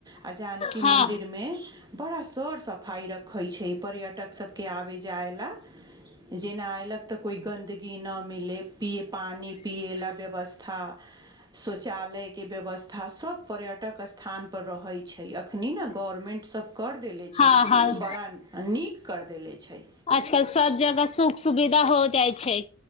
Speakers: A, on the right; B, on the left.
A: आ जानकी
B: हँ
A: मंदिर मे बड़ा सर सफाइ रखै छै पर्यटक सबके आबे जाय ला जेना अयलक तऽ कोइ गन्दगी न मिलै पिए पानि पिए लए व्यवस्था शौचालय के व्यवस्था सभ पर्यटक स्थान पर रहय छै अखनी ने गवर्मेंट सब कर देले छै
B: हँ हँ
A: बड़ा नीक कर देले छै
B: आजकल सब जगह सुख सुविधा हो जाइ छै